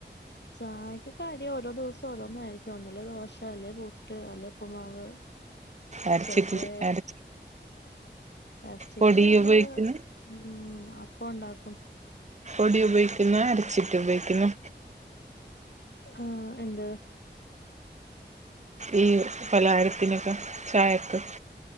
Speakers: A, on the left; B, on the right.
A: ചായക് കടി ഓരോ ദിവസം ഓരോന്നാ യിരിക്കും ഒന്നല്ലേ ദോശ, അല്ലെപുട്ട്, അല്ലെ ഉപ്പ്മാവ്.
B: അരച്ചിട്ട്
A: റബ്ബേ
B: അരച്ച്
A: എർച്ചിക്ക്
B: പൊടി
A: നമ്മള്.
B: ഉപയോഗിക്കുന്നു
A: ഉം അപ്പോണ്ടാക്കും.
B: പൊടി ഉപയോഗിക്കുന്നേ? അര്ച്ചിട്ട് ഉപയോഗിക്കുന്നേ?
A: ആഹ്എന്ത്
B: ഈ പലഹാരത്തിനൊക്കെ ചായക്ക്